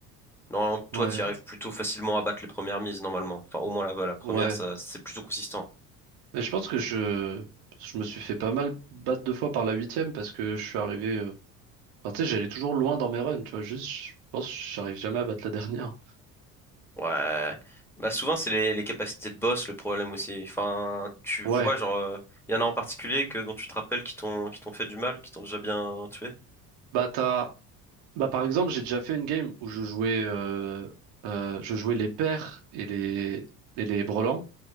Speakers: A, in the centre; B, on the right (about 50°).
A: Normalement, toi,
B: Ouais.
A: tu arrives plutôt facilement à battre les premières mises normalement. Enfin, au moins là-bas, la première,
B: Ouais.
A: ça c'est plutôt consistant.
B: Mais je pense que je, je me suis fait pas mal battre deux fois par la huitième parce que je suis arrivé. euh, Enfin, tu sais, j'allais toujours loin dans mes runs, tu vois. Juste, je pense que j'arrive jamais à battre la dernière.
A: Ouais. Bah souvent c'est les, les capacités de boss le problème aussi. Enfin, tu vois
B: Ouais.
A: genre euh, il y en a en particulier que dont tu te rappelles qui t'ont qui t'ont fait du mal, qui t'ont déjà bien tué.
B: Bah, t'as... Bah, par exemple, j'ai déjà fait une game où je jouais, euh, euh, je jouais les paires et les, et les brelans.